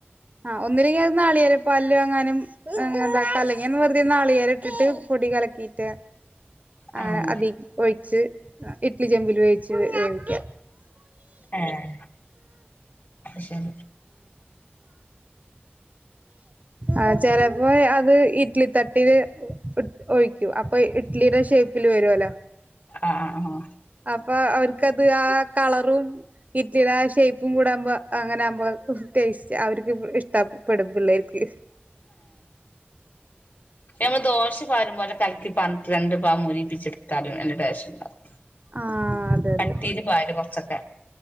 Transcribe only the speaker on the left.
ആഹ് അത് ശരി ആഹ് ആഹ്
ഏഹ് അഹ്ശരി
ആഹ ആ ആഹ
ഞമ്മൾ ദോശപാരും പോലെ കൽക്കി പാരനിട് രണ്ട് ഭാഗംമുരിപ്പിച്ചെടുത്താലും നല്ല ടൊസ്ററണ്ടാവും.
കട്ടീയില് പാരും കോറ കൊച്ചക്കെ